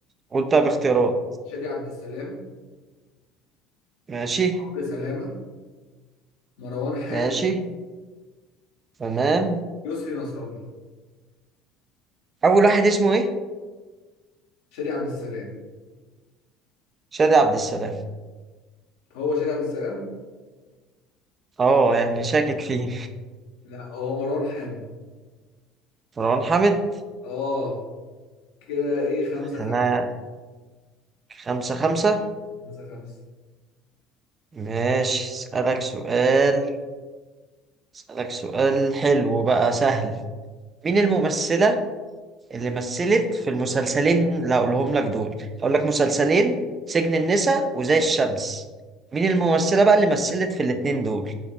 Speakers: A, on the right; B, on the left.
A: قول طب اختيارات
B: شادي عبد السلام
A: ماشي
B: عمرو سلامه مروان حامد
A: ماشي تمام
B: يسري نصر الله
A: اول واحد اسمه ايه
B: شادي عبد السلام
A: شادي عبد السلام
B: هو شادي عبد السلام
A: اه يعني شاكك فيه
B: لا هو مروان حامد
A: مروان حامد
B: اه كده ايه خمسة
A: احنا
B: خمسة
A: خمسة خمسة
B: خمسة خمسة
A: ماشي اسألك سؤال اسألك سؤال حلو بقى سهل مين الممثلة اللي مثلت في المسلسلين اللي هقولهم لك دول هقول لك مسلسلين سجن النساء وزي الشمس مين الممثلة بقى اللي مثلت في الاتنين دول